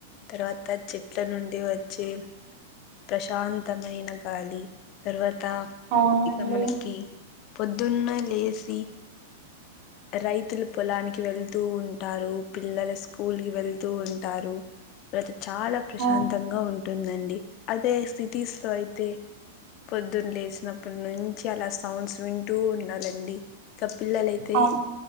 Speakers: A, on the left; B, on the right.
A: తర్వాత చెట్ల నుండి వచ్చే ప్రశాంతమైన గాలి తర్వాత
B: అవునండి
A: ఇంకా ఇక మనకి పొద్దున్న లేసి రైతులు పొలానికి వెళ్తూ ఉంటారు. పిల్లల స్కూల్ క వెళ్తూ ఉంటారు. తర్వాత చాలా ప్రశాంతంగా
B: అవును
A: ఉంటుందండి. అదే సిటీస్ లో అయితే పొద్దున్న లేసినప్పుడు నుంచి అలా సౌండ్స్ వింటూ ఉండాలండి. ఇక పిల్లలు అయితే
B: అవును